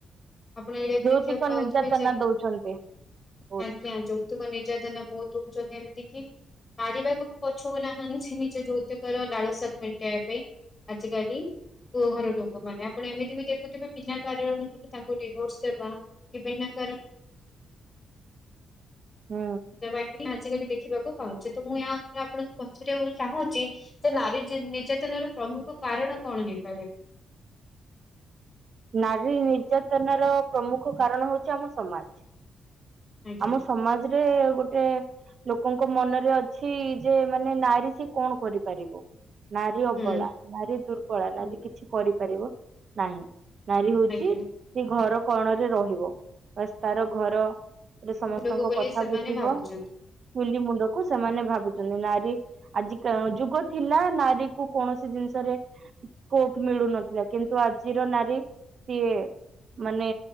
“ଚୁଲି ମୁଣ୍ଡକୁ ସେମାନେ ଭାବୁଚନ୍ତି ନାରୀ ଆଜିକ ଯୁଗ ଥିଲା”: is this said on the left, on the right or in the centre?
Right